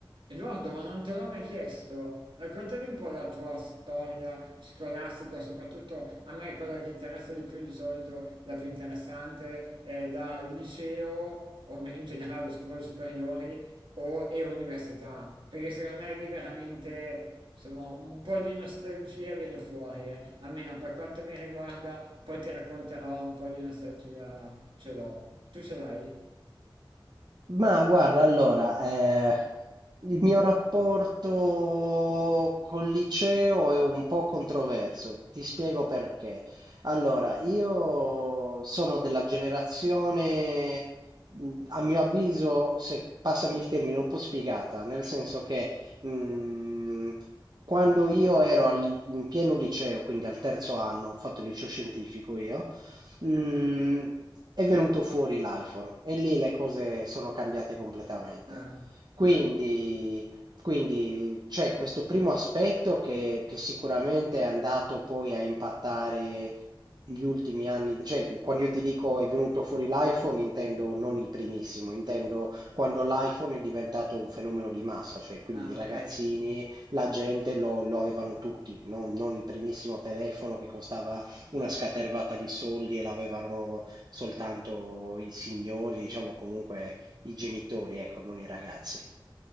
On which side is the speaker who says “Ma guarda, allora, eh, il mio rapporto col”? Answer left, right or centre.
Right